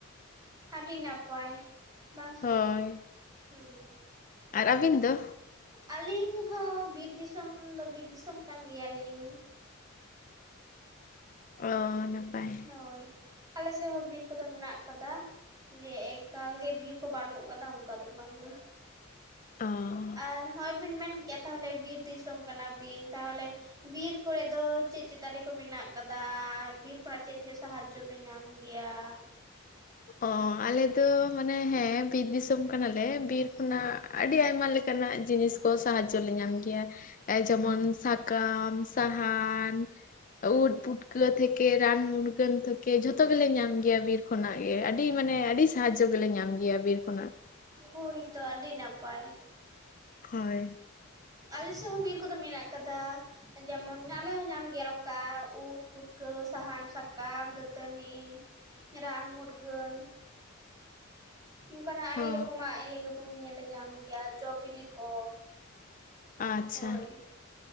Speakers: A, on the right; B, on the left.
A: ᱟᱹᱰᱤ ᱱᱟᱯᱟᱭ ᱵᱟᱝ ᱥᱮ
B: ᱦᱳᱭ
A: ᱦᱮᱸ
B: ᱟᱨ ᱟᱵᱤᱱ ᱫᱚ
A: ᱟᱹᱞᱤᱧ ᱦᱚᱸ ᱵᱤᱨ ᱫᱤᱥᱚᱢ ᱫᱚ ᱵᱤᱨ ᱫᱤᱥᱚᱢ ᱠᱟᱱ ᱜᱮᱭᱟᱞᱤᱧ
B: ᱚ ᱱᱟᱯᱟᱭ
A: ᱦᱳᱭ ᱟᱞᱮ ᱥᱮᱫ ᱦᱚᱸ ᱵᱤᱨ ᱠᱚᱫᱚ ᱢᱮᱱᱟᱜ ᱠᱟᱫᱟ ᱡᱮ ᱮᱠᱟᱞ ᱜᱮ ᱵᱤᱨ ᱠᱚ ᱵᱟᱹᱱᱩᱜ ᱟᱠᱟᱫᱟ ᱚᱱᱠᱟ ᱫᱚ ᱵᱟᱝ-ᱟ
B: ᱚ
A: ᱟᱨ ᱦᱚᱸᱜᱼᱚᱭ ᱵᱤᱱ ᱢᱮᱱ ᱠᱮᱜᱼᱟ ᱛᱟᱦᱚᱞᱮ ᱵᱤᱨ ᱫᱤᱥᱚᱢ ᱠᱟᱱᱟ ᱵᱤᱱ ᱛᱟᱦᱚᱞᱮ ᱵᱤᱨ ᱠᱚᱨᱮ ᱫᱚ ᱪᱮᱫ ᱪᱮᱫ ᱫᱟᱨᱮ ᱠᱚ ᱢᱮᱱᱟᱜ ᱠᱟᱫᱟ ᱵᱤᱨ ᱠᱷᱚᱱᱟᱜ ᱪᱮᱫ ᱪᱮᱫ ᱥᱟᱦᱟᱡᱡᱚ ᱯᱮ ᱧᱟᱢ ᱜᱮᱭᱟ᱾
B: ᱚ ᱟᱞᱮ ᱫᱚ ᱢᱟᱱᱮ ᱦᱮᱸ ᱵᱤᱨ ᱫᱤᱥᱚᱢ ᱠᱟᱱᱟᱞᱮ ᱵᱤᱨ ᱠᱷᱚᱱᱟᱜ ᱟᱹᱰᱤ ᱟᱭᱢᱟ ᱞᱮᱠᱟᱱᱟᱜ ᱡᱤᱱᱤᱥ ᱠᱚ ᱥᱟᱦᱟᱡᱽᱡᱚ ᱞᱮ ᱧᱟᱢ ᱜᱮᱭᱟ᱾ ᱮ ᱡᱮᱢᱚᱱ ᱥᱟᱠᱟᱢ ᱥᱟᱦᱟᱱ ᱩᱴ ᱯᱩᱴᱠᱟᱹ ᱛᱷᱮᱠᱮ ᱨᱟᱱ ᱢᱩᱨᱜᱟᱹᱱ ᱛᱷᱮᱠᱮ ᱡᱚᱛᱚ ᱜᱮᱞᱮ ᱧᱟᱢ ᱜᱮᱭᱟ ᱵᱤᱨ ᱠᱷᱚᱱᱟᱜ᱾ ᱟᱹᱰᱤ ᱢᱟᱱᱮ ᱟᱹᱰᱤ ᱥᱟᱦᱟᱡᱡᱚ ᱜᱮᱞᱮ ᱧᱟᱢ ᱜᱮᱭᱟ ᱵᱤᱨ ᱠᱷᱚᱱᱟᱜ
A: ᱦᱳᱭᱛᱚ ᱟᱹᱰᱤ ᱱᱟᱯᱟᱭ
B: ᱦᱳᱭ
A: ᱟᱞᱮ ᱥᱮᱫ ᱦᱚᱸ ᱵᱤᱨ ᱠᱚᱫᱚ ᱢᱮᱱᱟᱜ ᱟᱠᱟᱫᱟ᱾ ᱡᱮᱢᱚᱱ ᱟᱞᱮ ᱦᱚᱸ ᱧᱟᱢ ᱜᱮᱭᱟ ᱱᱚᱝᱠᱟ ᱩᱫ ᱯᱷᱩᱴᱠᱟᱹ ᱥᱟᱦᱟᱱ ᱥᱟᱠᱟᱢ ᱫᱟᱹᱛᱟᱹᱱᱤ ᱨᱟᱱ ᱢᱩᱨᱜᱟᱹᱱ ᱚᱱᱠᱟᱱᱟᱜ ᱟᱹᱰᱤ
B: ᱚ
A: ᱨᱚᱠᱚᱢᱟᱜ ᱤᱭᱟᱹ ᱜᱮᱵᱚᱱ ᱧᱮᱞ ᱧᱟᱢ ᱜᱮᱭᱟ ᱡᱚ ᱵᱤᱞᱤ ᱠᱚ
B: ᱟᱪᱪᱷᱟ
A: ᱦᱳᱭ